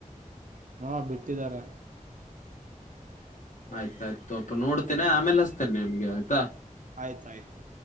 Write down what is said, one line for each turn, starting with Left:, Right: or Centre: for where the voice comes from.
Right: ಹಾ ಬಿಟ್ಟಿದಾರೆ.
Left: ಆಯ್ತಾಯ್ತು ತೋಪ್ಪ ನೋಡ್ತೇನೆ ಆಮೇಲೆ ಹಸ್ತೇನೆ ನಿಮ್ಗೆ ಆಯ್ತಾ.
Right: ಆಯ್ತಾಯ್ತು.